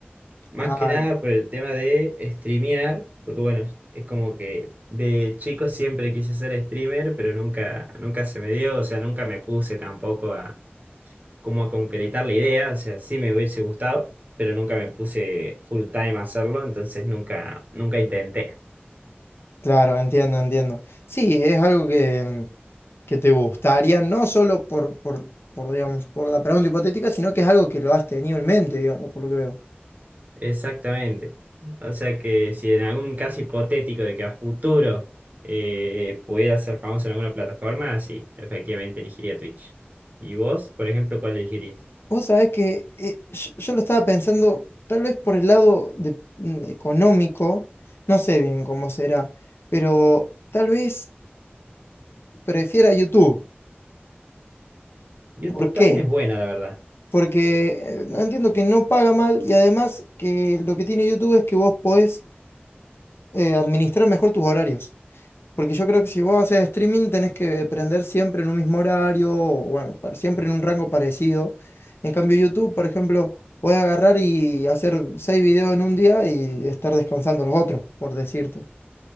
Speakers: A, on the right; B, on the left.
A: Más
B: Ay,
A: que nada por el tema de streamear, porque bueno, es es como que de chico siempre quise ser streamer, pero nunca, nunca se me dio, o sea, nunca me puse tampoco a como a concretar la idea, o sea, sí me hubiese gustado, pero nunca me puse full time a hacerlo, entonces nunca, nunca intenté.
B: claro, entiendo, entiendo. Sí, es algo que, que te gustaría, no solo por, por, por, digamos, por la pregunta hipotética, sino que es algo que lo has tenido en mente, digamos, por lo que veo.
A: Exactamente. O sea que si en algún caso hipotético de que a futuro eh, pudiera ser famoso en alguna plataforma, sí, efectivamente elegiría Twitch. ¿Y vos, por ejemplo, cuál elegirías?
B: Vos sabés que eh, yo, yo lo estaba pensando tal vez por el lado de- mm, económico, no sé bien cómo será, pero tal vez prefiera YouTube.
A: YouTube
B: ¿Por qué?
A: también es buena, la verdad.
B: Porque eh, no, entiendo que no paga mal y además que lo que tiene YouTube es que vos podés eh, administrar mejor tus horarios. Porque yo creo que si vos haces streaming tenés que prender siempre en un mismo horario, o bueno, para- siempre en un rango parecido. En cambio, YouTube, por ejemplo, puede agarrar y hacer seis videos en un día y estar descansando los otros, por decirte.